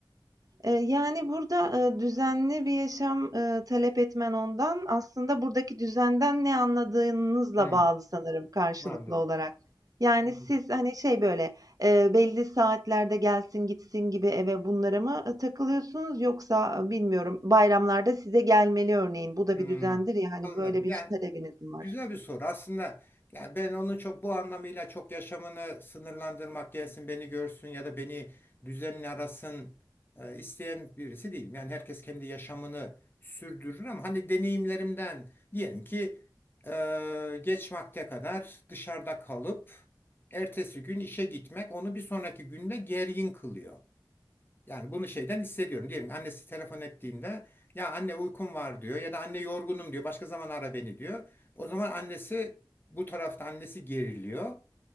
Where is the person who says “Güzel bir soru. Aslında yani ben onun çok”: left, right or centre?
Left